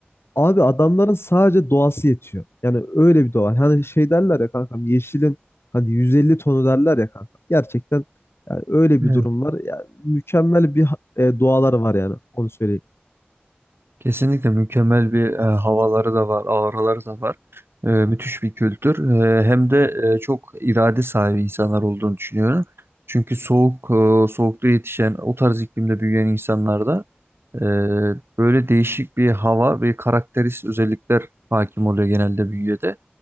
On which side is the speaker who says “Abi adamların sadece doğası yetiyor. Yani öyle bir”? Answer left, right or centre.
Left